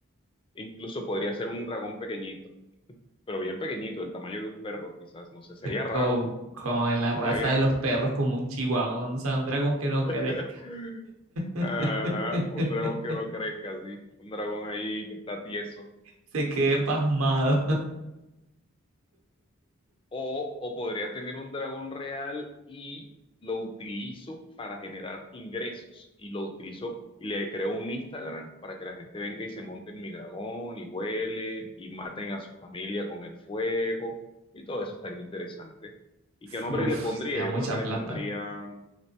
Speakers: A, on the left; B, on the right.
A: Incluso podría ser un dragón pequeñito, pero bien pequeñito, del tamaño de un perro, quizás, no sé, sería raro,
B: Como, como en la raza
A: sería bien.
B: de los perros, como un chihuahua, o sea, un dragón que no
A: <laughs>
B: querés. <laughs>
A: Ajá, un dragón que no crezca, sí, un dragón ahí que está tieso,
B: Se quede
A: sí, sí.
B: pasmado.
A: O, o podría tener un dragón real y lo utilizo para generar ingresos. Y lo utilizo y le creo un Instagram para que la gente venga y se monte en mi dragón y huelen y maten a su familia con el fuego. Y todo eso estaría interesante. ¿Y
B: <laughs>
A: qué nombre
B: Uf,
A: le pondría?
B: sería
A: Yo
B: mucha
A: creo que le
B: plata.
A: pondría,